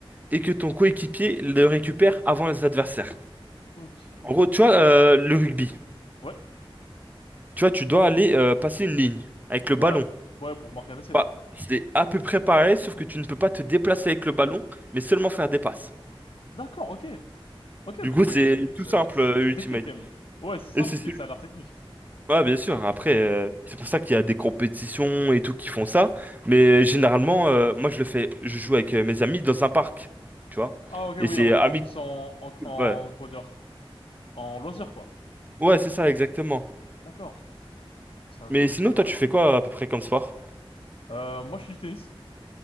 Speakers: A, on the right; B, on the left.
A: et que ton coéquipier le récupère avant les adversaires.
B: Ok.
A: En gros, tu vois, euh, le rugby,
B: Ouais,
A: tu vois, tu dois aller euh, passer une ligne avec le
B: ouais,
A: ballon.
B: ouais, pour m'organiser.
A: Bah, c'est à peu près pareil, sauf que tu ne peux pas te déplacer avec le ballon, mais seulement faire des passes.
B: D'accord, ok. Ok,
A: Du
B: mais
A: coup,
B: c'est
A: c'est tout
B: ça-
A: simple,
B: c'est
A: euh,
B: très
A: Ultimate.
B: technique quand même. Ouais, c'est simple,
A: Et c'est celui-
B: mais ça a l'air technique.
A: Ah, bien sûr, après, euh, c'est pour ça qu'il y a des compétitions et tout qui font ça. Mais euh, généralement, euh, moi, je le fais, je joue avec euh, mes amis dans un parc, tu vois.
B: Ah, ok,
A: Et
B: oui,
A: c'est
B: en,
A: amical,
B: en plus en, en, en,
A: ouais.
B: comment dire, en loisir, quoi.
A: Ouais, c'est ça, exactement.
B: D'accord. C'est un-
A: Mais
B: c'est-
A: sinon,
B: mais c'est
A: toi,
B: intéressant.
A: tu fais quoi à peu près comme sport?
B: Euh, moi, je suis du tennis.